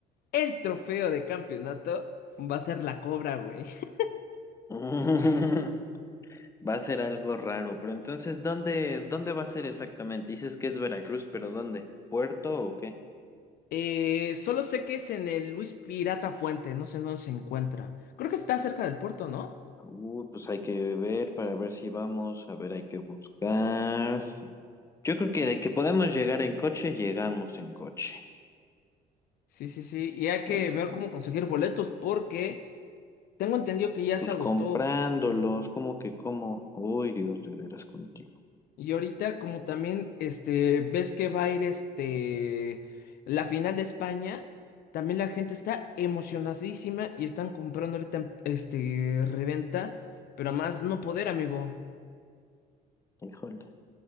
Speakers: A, on the left; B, on the left.
A: el trofeo de campeonato va a ser la Cobra, güey. <laughs>
B: <laughs> Va a ser algo raro, pero entonces, ¿dónde, dónde va a ser exactamente? Dices que es Veracruz, pero ¿dónde? ¿Puerto o qué?
A: Eh, solo sé que es en el Luis Pirata Fuente, no sé dónde se encuentra. Creo que está cerca del puerto, ¿no?
B: Uh, pues hay que ver para ver si vamos, a ver, hay que buscar. Yo creo que de que podemos llegar en coche, llegamos en coche.
A: Sí, sí, sí, y hay que
B: Ah,
A: ver cómo conseguir boletos porque Tengo entendido que ya
B: pues
A: se agotó.
B: comprándolos, como que como, uy, Dios, de veras contigo.
A: Y ahorita, como también, este, ves que va a ir este la final de España, también la gente está emocionadísima y están comprando ahorita en- este reventa, pero a más no poder, amigo.
B: Híjole.